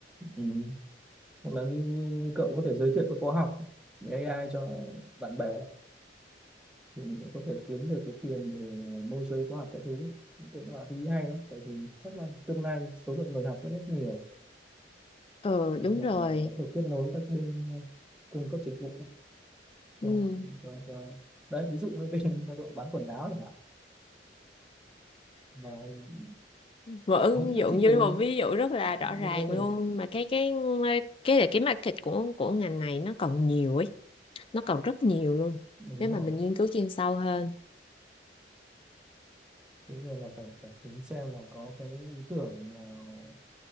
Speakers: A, in the centre; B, on the left.
A: ừ, hoặc là như, như, như cậu có thể giới thiệu các khóa học AI cho bạn bè thì mình cũng có thể kiếm được cái tiền để ờ, môi giới khóa học các thứ cũng là thứ hay đấy tại vì chắc là tương lai số lượng người học rất rất nhiều
B: ừ
A: đấy,
B: đúng
A: hoặc
B: rồi
A: là có thể kết nối các bên ờ, cung cấp dịch vụ cho
B: ừ.
A: cho cho đấy ví dụ như bên <laughs> đội bán quần áo chẳng hạn mà <laughs>
B: một ứng
A: nó
B: dụng
A: chỉ
B: như
A: cần
B: một ví dụ rất là rõ
A: mình
B: ràng
A: có thể
B: luôn mà cái cái cái là cái market của của ngành này nó còn nhiều ấy nó còn rất nhiều luôn
A: đúng
B: nếu
A: rồi
B: mà mình nghiên cứu chuyên sâu hơn
A: thế nhưng là phải phải tính xem là có cái ý tưởng nào